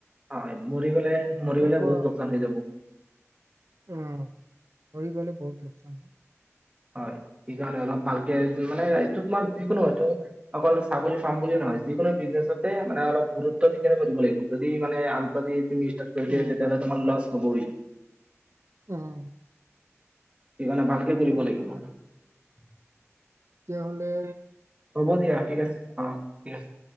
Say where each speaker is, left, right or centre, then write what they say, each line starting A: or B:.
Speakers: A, on the right; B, on the right.
A: হয় মৰি গ'লে, মৰি
B: ইয়াৰ
A: গ'লে
B: পৰা
A: বহুত লোকচান হৈ যাব।
B: অ মৰি গ'লে বহুত লোকচান হয়।
A: হয়, সেইকাৰণে অলপ ভালকে, জু, মানে এইটো তোমাৰ যিকোনো হয়টো অকল ছাগলী ফাৰ্ম বুলি নহয়, যিকোনো বিজনেছতে মানে অলপ গুৰুত্ব দি কিনে কৰিব লাগিব যদি মানে আনতাজি তুমি <unintelligible> তেতিয়া
B: অ
A: হ'লে তোমাৰ লছ। গাহৰি।
B: উম।
A: সেইকাৰণে ভালকৈ কৰিব লাগিব। <inaudible>
B: তেতিয়াহ'লে
A: হ'ব দিয়া, ঠিক আছে। অহ, ঠিক আছে।